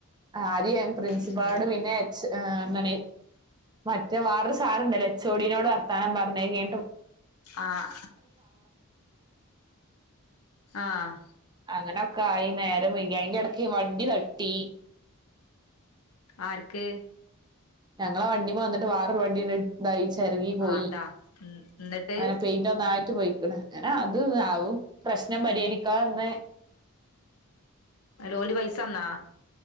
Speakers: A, on the right; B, on the left.
A: ആദ്യം പ്രിൻസിപ്പാട്
B: അത് ശരി
A: പിന്നെ എച്ച് എന്താണ് മറ്റേ വാരു സാർ ഉണ്ടല്ലോ ചൊടിനോട് വർത്താനം പറഞ്ഞേ അഹ് കഴിഞ്ഞിട്.
B: ആഹ് ആഹ്
A: അങ്ങനൊക്കെ ആയി നേരം വൈകി അതിന്റെ ഇടക്ക് വണ്ടി തട്ടി.
B: ആര്ക്ക്?
A: ഞങ്ങളെ വണ്ടി മ വന്നിട്ട് വേറെയൊരു വണ്ടി- തൈ ചെറുകി പോയി
B: ആഹ് അതാ ഉം എന്നിട്ട്
A: അങ്ങനെ പെയിന്റ് ഒന്നായിട്ട് പോയിക്കണ് അങ്ങനെ അത് ആവും. പ്രശ്നം പരിഹരിക്കാ ന്ന്.
B: ഓല് പൈസ തന്നോ.